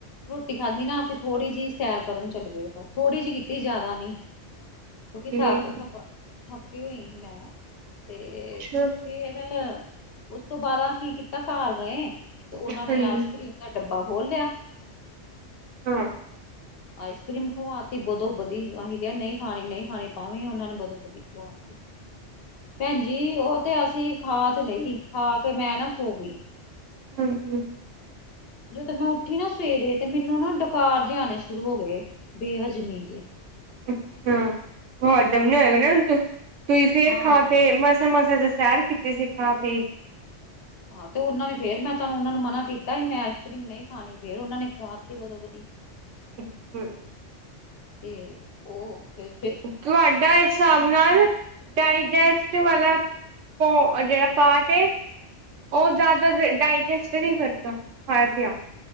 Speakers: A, on the left; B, on the right.
A: ਰੋਟੀ ਖਾਧੀ ਨਾ ਅਸੀਂ ਥੋੜੀ ਜੀ ਸੈਰ ਕਰਨ ਚੱਲ ਗਏ ਬਸ ਥੋੜੀ ਜੀ ਕੀਤੀ ਜਾਦਾ ਨੀ।
B: ਠੀਕ
A: ਕਿਉਕਿ ਥਕ ਥ ਥੱਕੀ ਹੋਈ ਹੀ ਮੈਂ। ਤੇ
B: ਅੱਛਾ
A: ਫੇਰ ਉਸ ਤੋਂ ਬਾਦ ਆ ਕੀ ਕੀਤਾ ਘਰ ਗਏ। ਤੇ ਓਨਾਂ
B: ਹਾਂਜੀ
A: ਨੇ ਆਈਸ ਕਰ੍ਰੀਮ ਦਾ ਡੱਬਾ ਖੋਲ੍ਹ ਲਿਆ।
B: ਹਾਂ
A: ਆਈਸ ਕਰ੍ਰੀਮ ਖਵਾਤੀ ਬਦੋ ਵਧੀ ਆ ਕਿਹਾ ਨਹੀਂ ਖਾਣੀ ਨਹੀਂ ਖਾਣੀ ਪਾਵੇਂ ਉਹਨਾਂ ਨੇ ਬਦੋਂ ਵਧੀ ਖ ਦਿੱਤੀ ਭੈਣਜੀ ਉਹ ਤੇ ਅਸੀਂ ਖਾ ਤੇ ਲਈ ਖਾ ਕੇ ਮੈਂ ਨਾ ਸੋ ਗਈ
B: ਹਮ ਹਮ
A: ਜਦੋਂ ਮੈਂ ਉੱਠੀ ਨਾ ਸਵੇਰੇ ਤੇ ਮੈਨੂੰ ਨਾ ਡੁਕਾਰ ਜ ਆਉਣੇ ਸ਼ੁਰੂ ਹੋ ਗਏ ਬੇਹਜ਼ਮੀ ਦੇ
B: ਅੱਛਾ ਹੋਰ ਜਮਣੇ ਹੋਏਗਾ ਨਾ ਤੁਸੀਂ ਫੇਰ
A: ਹਾਂ।
B: ਖਾ ਕੇ ਮਸ ਸੇ ਤੇ ਸੈਰ ਕੀਤੀ ਸੀ ਖਾਂ ਪੀ ਕੇ
A: ਹਾਂ ਤੇ ਉਹਨਾ ਨੇ ਫੇਰ ਮੈਂ ਤੁਹਾਨੂੰ ਉਹਨਾਂ ਨੂੰ ਮਨਾ ਕੀਤਾ ਸੀ ਮੈਂ ਆਈਸ ਕਰੀਮ ਨਹੀਂ ਖਾਣੀ ਫੇਰ ਉਹਨਾਂ ਨੇ ਕਤੀਓਦੋਂ ਵਧੀਆ <unintelligible> <inaudible>
B: ਅੱਛਾ
A: ਅਤੇ ਉਹ ਫੇਸ
B: ਤੁਹਾਡਾ ਹਿਸਾਬ ਨਾਲ ਡਾਇਜੈਸਟ ਵਾਲਾ ਪੋ ਜੇੜਾ ਪਾਟ ਏ। ਓ ਜਾਦਾ ਡਾਇਜੈਸਟ ਨੀ ਕਰਦਾ ਖਾਇਆ ਪੀਆ।